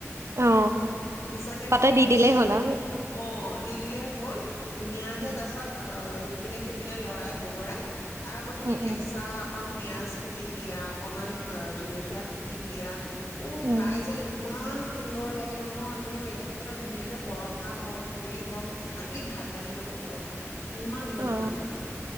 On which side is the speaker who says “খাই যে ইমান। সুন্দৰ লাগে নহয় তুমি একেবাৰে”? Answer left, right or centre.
Left